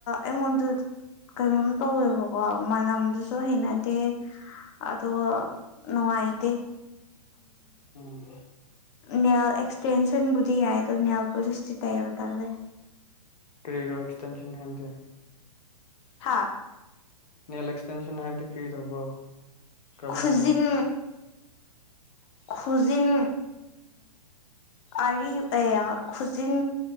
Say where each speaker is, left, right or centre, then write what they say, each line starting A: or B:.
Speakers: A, on the left; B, on the left.
A: ꯑꯉꯣꯗ ꯀꯩꯅꯣꯝ ꯇꯧꯋꯦꯕꯀꯣ ꯃꯅꯝꯗꯨꯁꯨ ꯍꯩꯅꯗꯦ ꯑꯗ ꯅꯨꯡꯒꯥꯏꯇꯦ
B: ꯎꯝ
A: ꯅꯥꯏꯜ ꯑꯦꯛꯁꯇꯦꯟꯁꯟꯕꯨꯗꯤ ꯌꯥꯏ ꯅꯥꯏꯜꯄꯣꯂꯤꯁ ꯇꯤ ꯇꯩꯕꯥ ꯇꯟꯂꯤ
B: ꯀꯔꯤꯔ ꯑꯦꯁꯇꯦꯟꯁꯟ ꯀ
A: ꯍꯥꯥ
B: ꯅꯦꯜ ꯑꯦꯛꯁꯇꯦꯟꯁꯟ ꯍꯥꯏꯕꯗꯤ ꯀ꯭ꯔꯤ ꯇꯧꯕ꯭ꯔꯣ ꯀꯔꯝꯍꯥꯏꯅ
A: ꯈꯨꯖꯤꯟ ꯈꯨꯖꯤꯟ ꯑꯔꯤ ꯑꯌꯥ ꯈꯨꯖꯤꯟ